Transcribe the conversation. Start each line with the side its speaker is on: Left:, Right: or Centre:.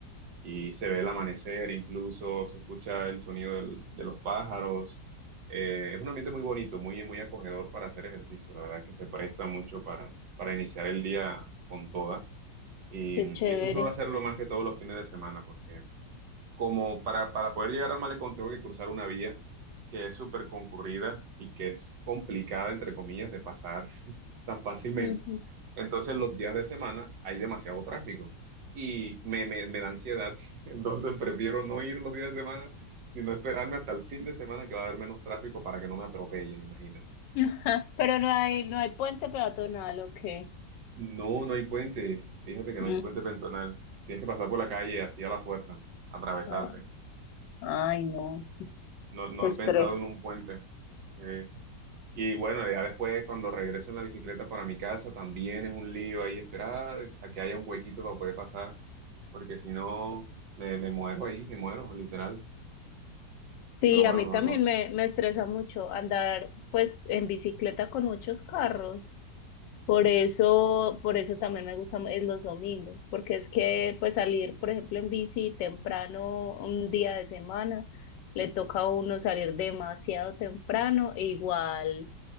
Right: y se ve el amanecer, incluso se escucha el sonido del- de los pájaros. Eh, es un ambiente muy bonito, muy, muy acogedor para hacer ejercicio. La verdad que se presta mucho para, para iniciar el día con toda. Y,
Left: Qué chévere.
Right: y eso suelo hacerlo más que todos los fines de semana, porque como para, para poder llegar al malecón tengo que cruzar una vía que es súper concurrida y que es complicada, entre comillas, de pasar <laughs> tan fácilmente.
Left: Ujú.
Right: Entonces, los días de semana hay demasiado tráfico y me, me, me da ansiedad. <laughs> Entonces, prefiero no ir los días de semana, sino esperarme hasta el fin de semana que va a haber menos tráfico para que no me atropellen, imagínate.
Left: <laughs> Pero no hay, no hay puente peatonal, ¿o qué?
Right: No, no hay puente. Fíjate que
Left: Mm,
Right: no hay puente peatonal. Tienes que pasar por la calle así a la fuerza, atravesarte.
Left: ah, Ay, no,
Right: No, no
Left: qué
Right: han
Left: estrés.
Right: pensado en un puente. Sí. Y bueno, ya después cuando regreso en la bicicleta para mi casa, también es un lío ahí esperar a que haya un huequito para poder pasar, porque si no, me, me muero ahí, me muero, literal.
Left: Sí,
Right: Pero bueno,
Left: a mí
Right: no,
Left: también
Right: no
Left: me, me estresa mucho andar pues en bicicleta con muchos carros. Por eso, por eso también me gustan eh, los domingos, porque es que pues salir, por ejemplo, en bici temprano un día de semana, le toca a uno salir demasiado temprano e igual